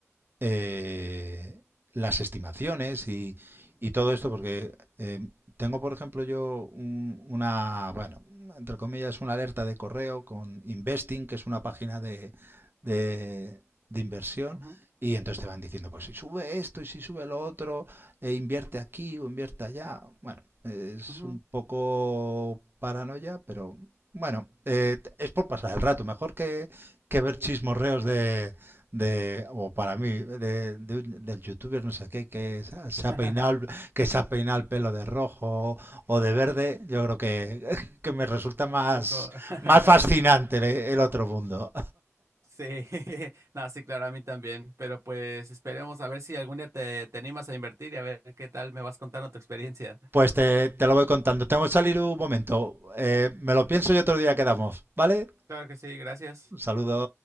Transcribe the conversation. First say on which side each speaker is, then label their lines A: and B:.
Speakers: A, on the right; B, on the right.
A: eh, las estimaciones y, y todo esto, porque eh, tengo, por ejemplo, yo un- una, bueno, entre comillas, una alerta de correo con Investing, que es una página de, de, de inversión,
B: ujú, ujú,
A: y entonces te van diciendo, pues si sube esto y si sube lo otro, e invierte aquí o invierte allá. Bueno, es
B: ujú.
A: un poco paranoia, pero bueno, eh, es por pasar el rato, mejor que, que ver chismorreos de, de, o para mí, de, de un- del youtuber no sé qué, que se se ha
B: <laughs>
A: peinado, el- que se ha peinado el pelo de rojo o de verde, yo creo que, <laughs> que me resulta más,
B: Un poco. <laughs>
A: más fascinante el, el otro mundo.
B: Sí, <laughs> no, sí, claro, a mí también. Pero pues esperemos a ver si algún día te, te animas a invertir y a ver qué tal me vas contando tu experiencia.
A: Pues te, te lo voy contando. Tengo que salir un
B: Ujú.
A: momento. Eh, me lo pienso y otro día quedamos, ¿vale?
B: Claro que sí, gracias.
A: Un saludo.